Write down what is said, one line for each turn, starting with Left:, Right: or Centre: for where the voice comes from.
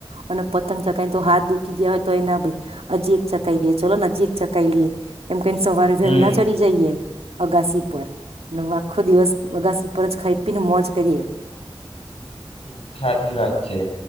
Right: અને પતંગ ચખઈને તો હાથ દુખી ગયા હોય તો એ ના ભાઈ અજીક ચકાઈ લઈએ ચલો ને નજીક ચકાઈ લઈએ એમ કને સવારે વહેહલા
Left: હમ
Right: ચડી જઈએ અગાસી પર નવ આખો દિવસ
Left: હમ
Right: બગાસી પર જ ખાઈ મોજ કરીએ
Left: હમ સાચી વાત છે